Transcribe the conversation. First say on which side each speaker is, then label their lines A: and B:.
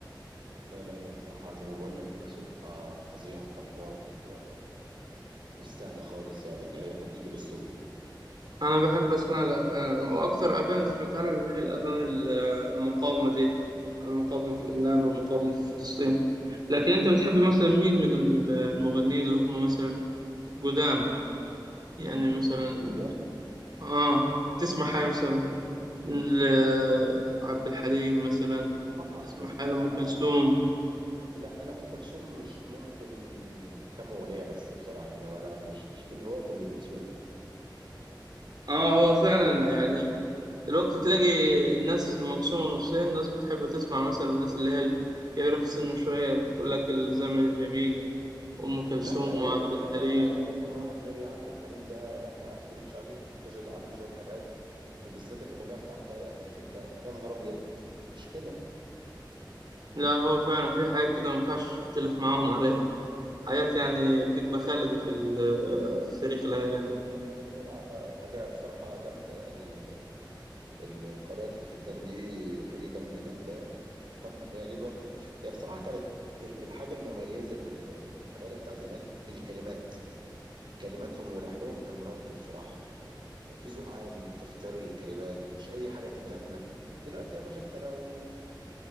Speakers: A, on the right; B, on the right.
A: لا لا هي بصراحة زي ما بقول لك كده صوتها فظيع جبار يعني مش سهل خالص يعني إن أي حد يجيب الصوت ده
B: انا بحب اسمع لها فعلا واكتر اغاني سمعتها لها اللي هي الاغاني ال- المقاومه دي المقاومه في لبنان والمقاومه في فلسطين لكن انت بتحب مثلا مين من ال- المغنيين اللي هم مثلا قدام يعني مثلا
A: وده
B: بت- اه تسمع حاجه مثلا لعبد الحليم مثلا
A: طبعا
B: تسمع
A: بص
B: حاجه
A: انا
B: لام كلثوم
A: انا لا انا ام كلثوم مش ممكن كم اغنيه بس بصراحه انما انا مش مش من هواة ام كلثوم يعني
B: اه هو فعلا يعني الوقت تلاقي الناس مقسومة نصين ناس بتحب تسمع مثلا الناس اللي هي الكبيرة في السن شوية بيقول لك الزمن الجميل وأم كلثوم
A: لا ايوه
B: وعبد
A: انا في
B: الحليم
A: ناس يعني انا انا مثلا واحد زي عبد الحليم ده لا ما اختلفش عليه الباشا ده عنده شويه اغاني وبالذات الاغنيه بتاع قارئة الفنجان يا نهار ابيض مشكله
B: لا هو فعلا في حاجات كده ما ينفعش تختلف معاهم عليها حاجات يعني بتبقى خالدة في ال- في تاريخ الأغاني
A: لا يا جدع حاجه بصراحه جامده يعني ال- قارئة الفنجان دي حاجه جامده جامده يعني كم اغنيه ليه برضه هي بصراحه كانت ال- الحاجه المميزه في ال- في الاغاني بتاع زمان الكلمات كلماتهم ولحنهم كان راقي بصراحة كان في ذوق عام في اختيار الكلمات ومش أي حاجة تتغنى دلوقتي يا باشا أنت لو